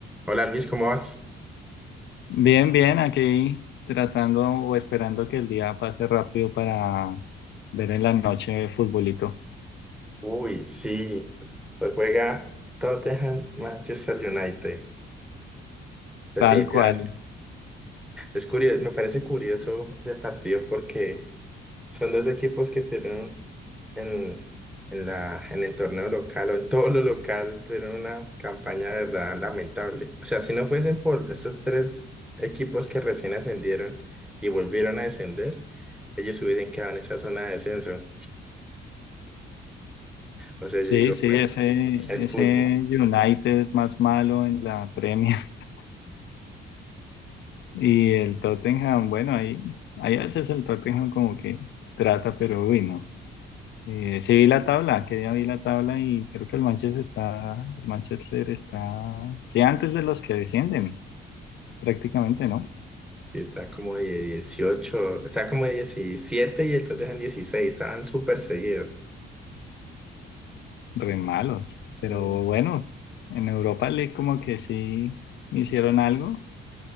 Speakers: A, in the centre; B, on the left.
A: Hola Luis, ¿cómo vas?
B: Bien, bien, aquí tratando o esperando que el día pase rápido para ver en la noche futbolito.
A: Uy, sí, hoy juega Tottenham Manchester United, definitivamente.
B: Tal cual.
A: Es curioso, me parece curioso ese partido porque son dos equipos que tuvieron en, en la, en el torneo local o en todo lo local tuvieron una campaña de verdad lamentable. O sea, si no fuesen por esos tres equipos que recién ascendieron y volvieron a descender, ellos hubiesen quedado en esa zona de descenso. O sea, yo
B: Sí,
A: digo,
B: sí,
A: bueno,
B: ese,
A: el
B: ese
A: fútbol.
B: United es más malo en la Premier. <laughs> Y el Tottenham, bueno, ahí, ahí a veces el Tottenham como que trata, pero uy, no. Eh, sí vi la tabla, que ya vi la tabla y creo que el Manchester está, el Manchester está, sí, antes de los que descienden, prácticamente, ¿no?
A: Sí, está como de 18, está como de 17 y entonces en 16 estaban súper seguidos.
B: re malos. Pero
A: No.
B: bueno, en Europa le como que sí hicieron algo,